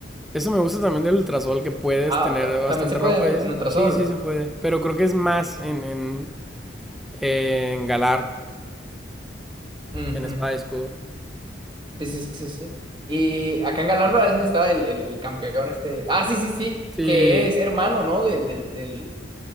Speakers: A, in the centre; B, on the right (about 25°).
A: Eso me gusta también del ultrasol, que puedes
B: Ah,
A: tener
B: ta-
A: bastante
B: también se puede
A: ropa
B: en,
A: y eso.
B: en Ultrasol.
A: Sí, sí se puede. Pero creo que es más en, en, en Galar,
B: Ujú.
A: en espada y escudo.
B: Sí, sí, sí, sí. Y acá en Galarba es donde está el, el, el campeón este. Ah, sí, sí, sí.
A: Sí,
B: Que es hermano, ¿no? Del, del, del,